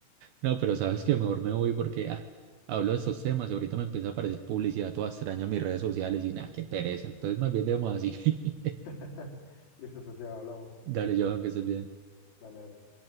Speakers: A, on the right; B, on the left.
A: No, pero sabes que mejor me voy porque ah, hablo de estos temas y ahorita me empieza a aparecer publicidad toda extraña en mis redes sociales y nada, qué pereza. Entonces más bien debemos así. <laughs>
B: <laughs> Listo, Santiago, hablamos.
A: Dale, Johan, que estés bien.
B: Dale, dale.